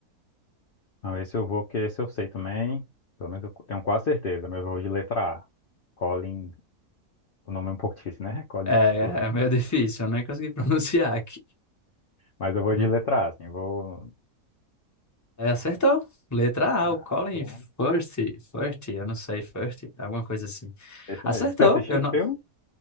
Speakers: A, on the left; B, on the left.
A: Não, esse eu vou, porque esse eu sei também. Pelo menos eu tenho quase certeza, mas eu vou de letra A. Colin, o nome é um pouco difícil, né? <laughs> Colin.
B: É,
A: Firth.
B: é meio <laughs> difícil, eu nem consegui <laughs> pronunciar aqui.
A: Mas eu vou
B: Hum,
A: de letra A, assim, vou.
B: é, acertou. Letra A,
A: Ah,
B: o Colin
A: Muito bom.
B: Firth, Firth, eu não sei, Firth, alguma coisa assim.
A: esse
B: Acertou,
A: mesmo. Se assistir
B: eu
A: esse
B: não.
A: filme,